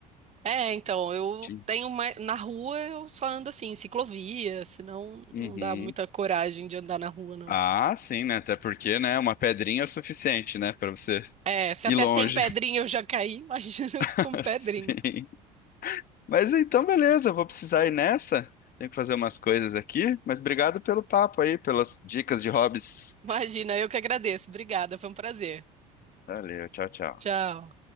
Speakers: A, on the right; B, on the left.
A: É, então, eu
B: Tinha-
A: tenho mais. Na rua eu só ando assim, em ciclovia, senão
B: Uhum.
A: não dá muita coragem de andar na rua, não.
B: Ah, sim, né? Até porque, né? Uma pedrinha é o suficiente, né? Pra você
A: É, se
B: ir
A: até
B: longe.
A: sem pedrinha eu já caí, <laughs> imagina
B: <laughs>
A: com pedrinha.
B: Sim. Mas então, beleza, eu vou precisar ir nessa. Tenho que fazer umas coisas aqui, mas obrigado pelo papo aí, pelas dicas de hobbies.
A: Imagina, eu que agradeço. Obrigada, foi um prazer.
B: Valeu, tchau, tchau.
A: Tchau.